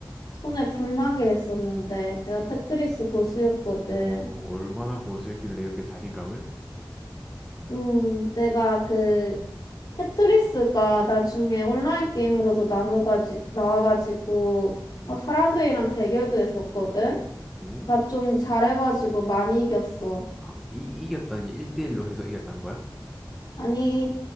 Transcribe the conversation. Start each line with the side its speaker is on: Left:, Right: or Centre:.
Left: 손에 불나게 했었는데 내가 테트리스
Centre: 테-
Left: 고수였거든.
Centre: 뭐 얼마나 고수였길래 이렇게 자신감을
Left: 음, 내가 그 테트리스가 나중에 온라인 게임으로도 나눠가지 나와가지고
Centre: 음.
Left: 막 사람들이랑 대결도 했었거든.
Centre: 오
Left: 나 좀 잘해가지고 많이 이겼어.
Centre: 아, 이, 이겼다는 게 1대1로 해서 이겼다는 거야?
Left: 아니,